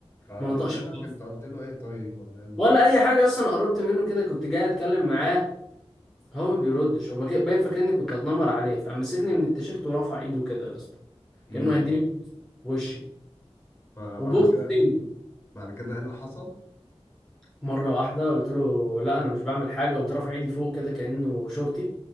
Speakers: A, on the left; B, in the centre.
A: آه،
B: ما
A: كلمك
B: نطقش بحرف
A: انت قلت له ايه طيب ولا ايه اللي
B: ولا
A: حصل؟
B: اي حاجه اصلا قربت منه كده كنت جاي اتكلم معاه هو ما بيردش هو كده- باين فاكرني كنت هتنمر عليه فمسكني من التيشيرت ورفع ايده كده يا اسطى
A: امم
B: كأنه هيديني بوكس بوشي
A: فبعد
B: وبوكسنج
A: كده بعد كده ايه اللي حصل؟
B: مرة واحدة قلت له لا أنا مش بعمل حاجة قمت رافع إيدي فوق كده كأنه شورتي